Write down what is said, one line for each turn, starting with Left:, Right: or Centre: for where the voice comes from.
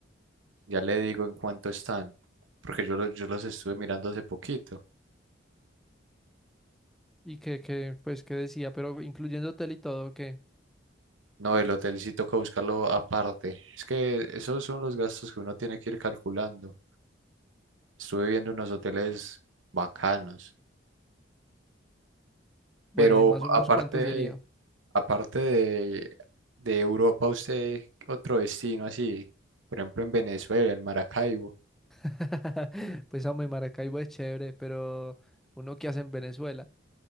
Right: ya le digo en cuánto están, porque yo, lo- yo los estuve mirando hace poquito.
Centre: Y que, que, pues, que decía, pero incluyendo hotel y todo, que...
Right: No, el hotel sí toca buscarlo aparte. Es que esos son los gastos que uno tiene que ir calculando. Estuve viendo unos hoteles bacanos,
Centre: Bueno,
Right: pero
Centre: ¿y más o menos
Right: aparte,
Centre: cuánto sería?
Right: aparte de, de Europa, usted otro destino así, por ejemplo en Venezuela, en Maracaibo.
Centre: <laughs> Pues hombre, Maracaibo es chévere, pero uno que hace en Venezuela,